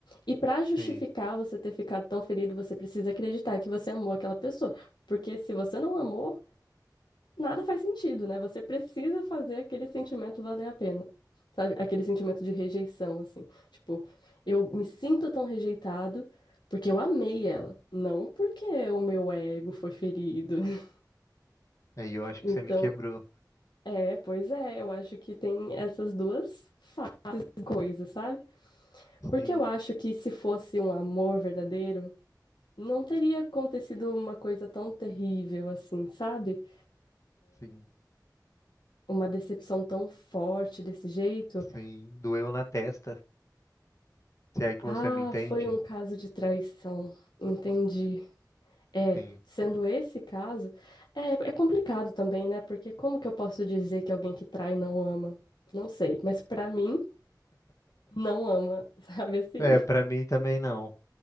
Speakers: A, on the left; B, on the left.
A: E pra justificar
B: sim.
A: você ter ficado tão ferido, você precisa acreditar que você amou aquela pessoa. Porque se você não amou, nada faz sentido, né? Você precisa fazer aquele sentimento valer a pena. Sabe? Aquele sentimento de rejeição, assim. Tipo, eu me sinto tão rejeitado porque eu amei ela, não porque o meu ego foi ferido. <laughs>
B: Aí eu acho
A: Então,
B: que você me quebrou.
A: é, pois é, eu acho que tem essas duas faces da coisa, sabe? Porque
B: Sim,
A: eu acho que se fosse um amor verdadeiro, não teria acontecido uma coisa tão terrível assim, sabe?
B: sim,
A: Uma decepção tão forte desse jeito.
B: sim. Doeu na testa. Se é que
A: Ah,
B: você me entende?
A: foi um caso de traição. Entendi. É,
B: Sim.
A: sendo esse caso, é, é complicado também, né? Porque como que eu posso dizer que alguém que trai não ama? Não sei, mas pra mim, não ama, <laughs> sabe assim?
B: É, pra mim também não.